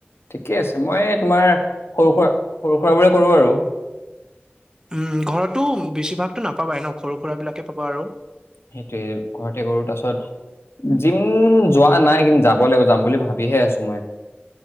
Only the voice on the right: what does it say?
উম ঘৰতো বেছিভাগতো নাপাবাাই ন সৰু-সুৰাবিলাকে পাবা আৰু।